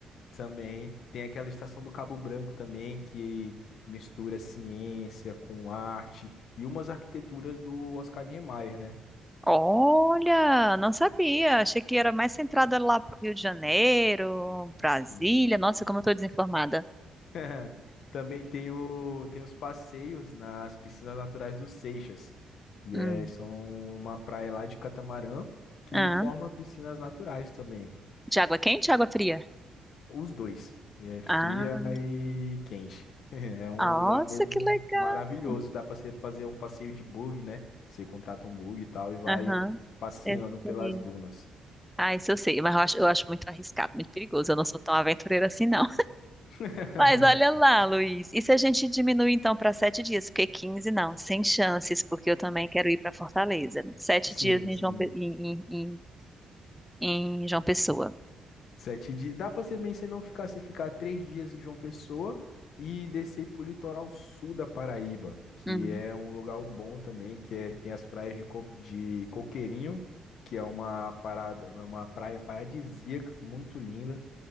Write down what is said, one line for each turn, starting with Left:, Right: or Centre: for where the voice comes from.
Left: também tem aquela estação do Cabo Branco também, que mistura ciência com arte e umas arquiteturas do Oscar Niemeyer, né?
Centre: Olha, não sabia. Achei que era mais centrada lá pro Rio de Janeiro, Brasília.
Left: E-
Centre: Nossa, como eu tô desinformada.
Left: <laughs> Também tem, o, tem os passeios nas piscinas naturais dos Seixas, que
Centre: Hum.
Left: é, são uma praia lá de catamarã que
Centre: Ah,
Left: forma piscinas naturais também.
Centre: de água quente ou água fria?
Left: Os dois. É fria
Centre: Ah,
Left: e quente. <laughs> É um
Centre: nossa,
Left: lugar mesmo
Centre: que legal.
Left: maravilhoso. Dá para você fazer um passeio de bug, né? Você contrata um bug e tal e vai
Centre: Aham,
Left: passeando
Centre: eu
Left: pelas
Centre: sei.
Left: dunas.
Centre: Ah, isso eu sei, mas eu acho, eu acho muito arriscado, muito perigoso. Eu não sou tão aventureira assim, não.
Left: <laughs>
Centre: Mas olha lá, Luiz. E se a gente diminuir então para sete dias? Porque 15? não, sem chances, porque eu também quero ir para Fortaleza. Sete
Left: Sim,
Centre: dias em
Left: sim.
Centre: João, Pe- em, em, em, em João Pessoa.
Left: Sete dias. Dá pra ser bem se não ficar se ficar três dias em João Pessoa e descer pro litoral sul da Paraíba, que
Centre: Hum,
Left: é um lugar bom também, que é, tem as praias de, Co- de Coqueirinho, que é uma parada, é uma praia paradisíaca, muito linda.